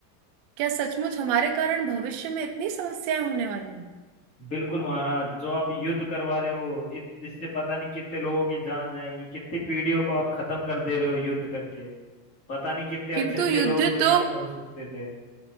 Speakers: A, on the right; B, on the left.
A: क्या सचमुच हमारे कारण भविष्य में इतनी समस्याएं होने वाली हैं
B: बिल्कुल महाराज जो आप युद्ध करवा रहे हो इत, इससे पता नहीं कितने लोगों की जान जाएगी कितनी पीढ़ियों को आप खत्म कर दे रहे हो युद्ध करके पता नहीं कितने
A: किंतु
B: अच्छे अच्छे
A: युद्ध
B: लोग दुनिया
A: तो
B: में हो सकते थे